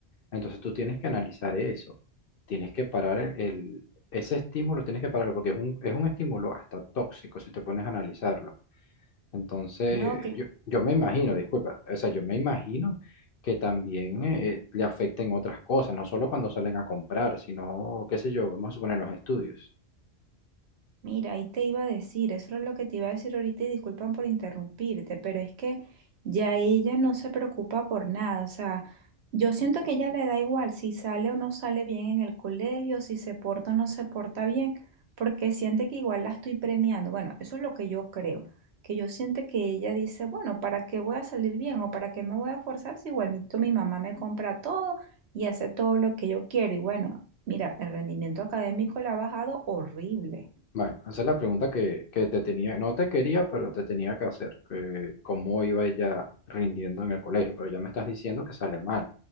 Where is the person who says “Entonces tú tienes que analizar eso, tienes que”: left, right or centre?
Left